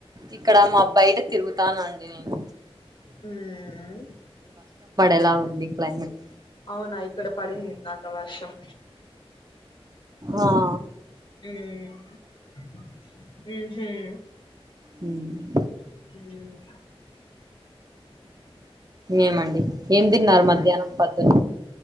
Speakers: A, on the right (about 40°); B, on the left (about 55°).
A: ఇక్కడ మా బయట తిరుగుతానండి నేను
B: మ్
A: ఎలా ఉన్నంది క్లైమేట్
B: అవునా ఇక్కడ పడింది ఇందాక వర్షం
A: ఆా
B: మ్ మ్ హు
A: మ్
B: మ్
A: ఏమండి ఏం తిన్నారు మధ్యాహ్నం పద్దులు